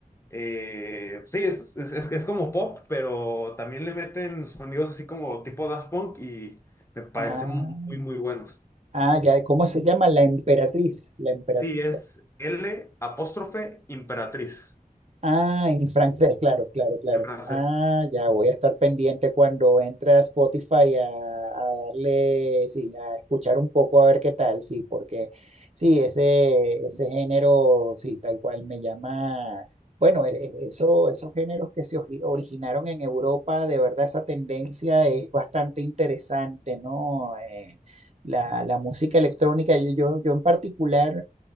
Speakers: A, on the left; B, on the right.
A: eh, sí, es, es, es- es como pop, pero también le meten sonidos así como tipo Daft Punk y me parecen
B: ah,
A: muy, muy buenos.
B: ah, ya, ¿cómo se llama? La Emperatriz. La Emperatriz.
A: Sí, es L apóstrofe Imperatriz
B: Ah, en francés, claro, claro, claro.
A: en francés.
B: Ah, ya voy a estar pendiente cuando entre a Spotify a, a darle, sí, a escuchar un poco a ver qué tal, sí, porque sí, ese, ese género, sí, tal cual me llama. Bueno, e- e- eso, esos géneros que se ogi- originaron en Europa, de verdad esa tendencia es bastante interesante, ¿no? Eh, la, la música electrónica, yo, yo, yo en particular.